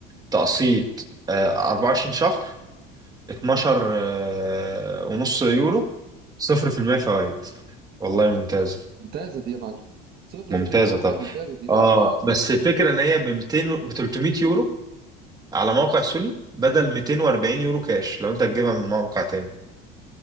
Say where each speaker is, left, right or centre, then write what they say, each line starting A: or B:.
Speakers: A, on the right; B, on the right.
A: تقسيط آه، 24 شهر 12 آه، ونص يورو صفر في المية فوائد والله ممتازة
B: ممتازة دي يا معلم 0%
A: ممتازة
B: فوائد
A: طب
B: ده ممتازة دي ده
A: اه
B: انت
A: بس الفكرة ان هي ب 200 ب 300 يورو على موقع سوني بدل 240 يورو كاش لو انت هتجيبها من موقع تاني